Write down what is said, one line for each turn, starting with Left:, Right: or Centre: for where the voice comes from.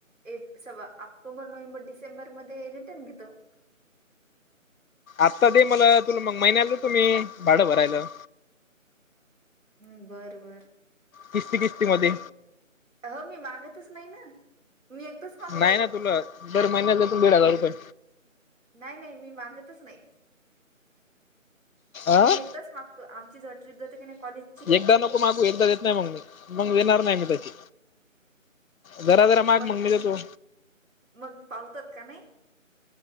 Right: एक सवा ऑक्टोबर, नोव्हेंबर, डिसेंबर मध्ये रिटर्न घेतो.
Left: आत्ता दे मला तुला मग महिन्याला देतो मी भाडं भरायला.
Right: हम्म बर बर.
Left: किस्ती किस्ती मध्ये
Right: मी हो मी मागतच नाही ना मी एकदाच मागतो.
Left: नाही ना तुला दर महिन्यात तून दीड हजार रुपये
Right: नाही नाही मी मागतच नाही.
Left: आं
Right: मी एकदाच माग त आमची ज ट्रपाते का नाही कॉलेज
Left: एकदा नको मागू एकदा येत नाही मग मी मग येणार नाही मी तशी. जरा जरा माग
Right: मग
Left: म्हग म्हजे मी देतो.
Right: मग पावतात का नाही?